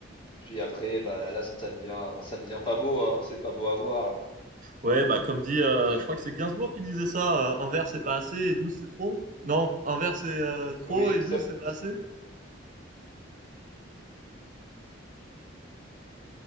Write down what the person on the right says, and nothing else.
Ouais, bah comme dit, euh,
je crois que
c'est Gainsbourg qui disait ça, euh, un verre c'est pas assez et douze c'est trop. Non, un verre c'est euh, trop
et douze
c'est pas
assez.